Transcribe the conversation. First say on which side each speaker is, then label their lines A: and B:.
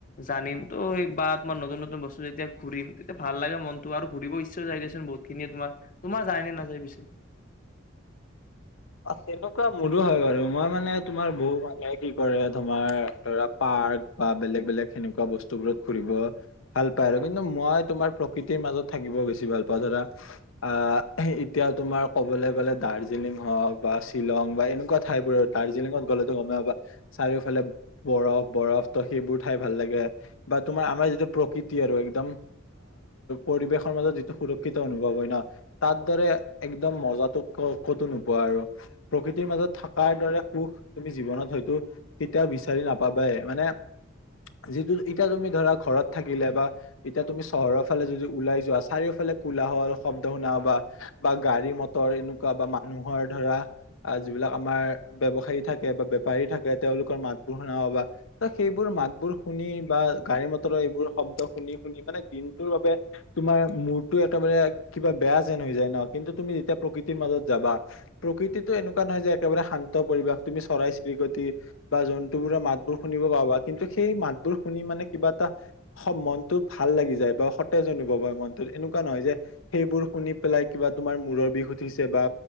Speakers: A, on the left (about 40°); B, on the left (about 75°).
A: জানিম টো, সেই বা নতুন, নতুন বস্তু যেতিয়া ঘুৰিম তেতিয়া ভাল লাগে মনতো, আৰু ঘুৰিব ইচ্ছাও যাই দিয়চোন বহুত। খিনিয়ে তোমাৰ, তোমাৰ যায় নে নাযায় পিছে?
B: অ, তেনেকুৱা মোৰো হয় বাৰু, মই মানে তোমাৰ বহু মানুহে কি কৰে তোমাৰ ধৰা, পাৰ্ক বা বেলেগ বেলেগ সেনেকুৱা বস্তু বোৰত ফুৰিব। ভাল পায় আৰু কিন্তু মই তোমাৰ প্ৰকৃতিৰ মাজত থাকিব বেছি ভাল পাওঁ, ধৰা আ, এতিয়া তোমাৰ ক'বলৈ গ'লে দাৰ্জিলিং হওঁক বা শ্বিলং, বা এনেকুৱা ঠাই বোৰ। দাৰ্জিলিঙত গ'লেতো গম পাবা চাৰিওফালে বৰফ, বৰফ ত' সেইবোৰ ঠাই ভাল লাগে। বা তোমাৰ, আমাৰ যিটো প্ৰকৃতি আৰু একদম পৰিৱেশৰ মাজত যিটো সুৰক্ষিত অনুভৱ হয় ন। তাৰ দৰে একদম মজাটো ক, ক'তো নোপোৱা আৰু। প্ৰকৃতিৰ মাজত থকাৰ দৰে সুখ, তুমি জীৱনত হয়তো কেতিয়াও বিচাৰি নাপাবাই মানে যিটো, এতিয়া তুমি ধৰা ঘৰত থাকিলে বা এতিয়া তুমি চহৰৰ ফালে যদি ওলাই যোৱা, চাৰিওফালে কোলাহল, শব্দ শুনা পাবা বা গাড়ী মটৰ এনেকুৱা বা মানুহৰ ধৰা আহ, যিবিলাক আমাৰ ব্যৱসায়ী থাকে বা বেপাৰী থাকে, তেওঁলোকৰ মাতবোৰ শুনা পাবা। ত, সেইবোৰ মাতবোৰ শুনি বা গাড়ী মটৰৰ এইবোৰ শব্দ শুনি শুনি, মানে দিনটোৰ বাবে তোমাৰ মূৰটো একেবাৰে কিবা বেয়া যেন হৈ যায় ন'! কিন্তু তুমি যেতিয়া প্ৰকৃতিৰ মাজত যাবা প্ৰকৃতিটো এনেকুৱা নহয় যে, একেবাৰে শান্ত পৰিৱেশ। তুমি চৰাই চিৰিকতি বা জন্তুবোৰৰ মাতবোৰ শুনিব পাবা, কিন্তু সেই মাতবোৰ শুনি মানে কিবা এটা মনটো ভাল লাগি যায় বা সতেজ অনুভৱ হয় মনটোত। এনেকুৱা নহয় যে সেইবোৰ শুনি পেলাই কিবা তোমাৰ মূৰৰ বিষ উঠিছে বা,